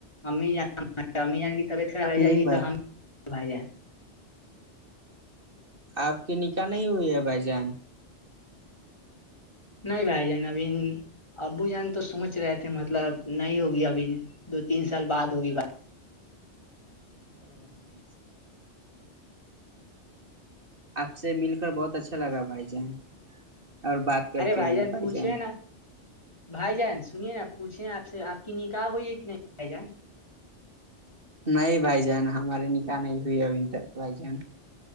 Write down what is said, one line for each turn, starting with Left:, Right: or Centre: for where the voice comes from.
Left: امی جان امی جان کی طبیعت خراب رہ
Right: ہ
Left: جائے گی
Right: بھائی
Left: تو ہم بھائی جائیں
Right: آپ کی نکاح نہیں ہوئی ہے بھائی جان
Left: نہیں بھائی جان ابھی ابو جان تو سوچ رہے تھے مطلب نہیں ہوگی ابھی دو تین سال بعد ہوگی
Right: او بھائی آپ سے مل کر بہت اچھا لگا بھائی جان اور بات کر
Left: ارے
Right: کے بھی بھائی
Left: پوچھے
Right: جان
Left: نا بھائی جان سنیے نا آپ پوچھے آپ سے آپ کی نکاہح ہوئی ہے کہ نہیں بھائی جان
Right: نہیں بھائی جان ہماری نکاح نہیں ہوئی ابھی تک بھائی جان